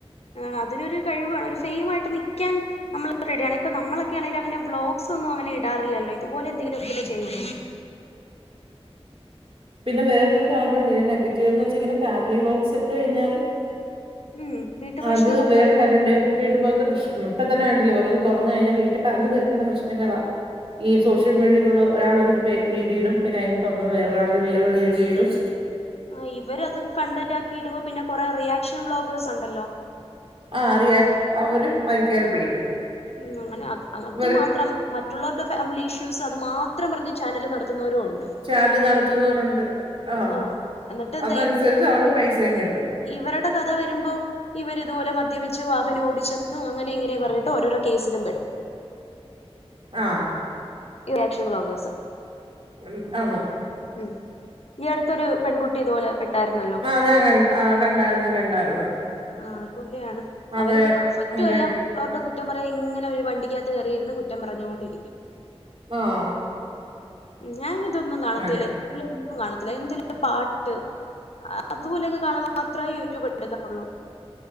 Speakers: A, on the left (about 75°); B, on the right (about 60°).
A: അഹ് അതിനൊരു കഴിവ്‌ വേണം ഒരു സെയിം ആയിട്ട് നിക്കാൻ നമ്മള് റെഡിയാണ് ഇപ്പ നമ്മളൊക്കെയാണെങ്കില് അങ്ങനെ ബ്ലോഗ്സ് ഒന്നും അങ്ങനെ ഇടാറി ല്ലല്ലോ ഇത് പോലെ എന്തെങ്കിലൊക്കെ ചെയ്യുള്ളു
B: പിന്നെ വേറൊരു കാരണമുണ്ട് നെഗറ്റീവെന്ന് വെച്ച് ഫാമിലി വ്ലോഗ്സ്ഇട്ട് കഴിഞ്ഞാല്
A: ഉം വീട്ടു പ്രശ്നം
B: അത്
A: മൊത്തം
B: വേറൊരു
A: ഇല്ല
B: കാര്യണ്ട് വീട്ടിൽ പോലത്തെപ്രശ്നങ്ങൾ ഇപ്പ തന്നെ കണ്ടില്ലേ ഓരോന്ന് തുറന്ന് കഴിഞ്ഞാ വീട്ടിൽ പറഞ്ഞു തീർക്കണ്ട പ്രശ്നങ്ങളാ ഈ സോഷ്യൽ മീഡിയയിലൂടെ ഒരാൾ ഒരു വീഡിയോയിടും പിന്നെ അതിന്റെ തുടർന്ന് വേറൊരാൾ വേറൊരു വീഡിയോയിടും
A: ആ ഇവരത് കണ്ടന്റാക്കി ഇടുമ്പോ പിന്നെ കൊറേ റിയാക്ഷൻ വ്ളോഗേഴ്സ് ഉണ്ടല്ലോ
B: ആ റിയാക്ട് അവരും അയില് കേരി പിടിക്കും
A: ഉം അങ്ങനെ അത് അതുമാത്രം
B: ഇവർ
A: മറ്റുള്ളവരുടെ ഫാമിലി ഇഷ്യൂസ് അത് മാത്രം പറഞ്ഞ് ചാനല് നടത്തുന്നവരും ഉണ്ട്
B: ചാനല് നടത്തുന്നോരുണ്ട് ആന്
A: ആഹ് എന്നിട്ട് എന്താ
B: അതനുസരിച്ച് അവർക്ക് പൈസയും കിട്ടും
A: ഇവരുടെ കഥ വരുമ്പോ ഇവര് ഇതുപോലെ മദ്യപിച്ച് വാഹനം ഓടിച്ചെന്നും അങ്ങനെ ഇങ്ങനെ പറഞ്ഞിട്ട് ഓരോരോ കേസിലുംപ്പെടും
B: ആഹ്
A: റിയാക്ഷൻ വ്ളോഗേഴ്സ്
B: ഉം ആന്
A: ഉം ഈ അടുത്തൊരു പെൺകുട്ടി ഇതുപോലെ പെട്ടായിരുന്നല്ലോ
B: അത് ഞാൻ ക ആ കണ്ടായിരുന്നു കണ്ടായിരുന്നു
A: ആ അതുപോലെയാണ്
B: അതെ
A: അവരൊട്ട് പെർഫെക്റ്റും
B: ഉം, രണ്ട്
A: അല്ലാ അവർ ടെ കുറ്റം പറയും ഇങ്ങനെ ഒരു വണ്ടിക്കകത്ത് കയറിയിരുന്ന് കുറ്റം പറഞ്ഞോണ്ടിരിക്കും
B: ആഹ്
A: ഞാൻ ഇതൊന്നും കാണത്തില്ല
B: അതെ
A: ഇല്ല ഒന്നും കാണത്തില്ല എന്തേലൊന്ന് പാട്ട് അതുപോലൊക്കെ കാണൻ മാത്രമേ യൂട്യൂബ് എടുക്കാറുള്ളൂ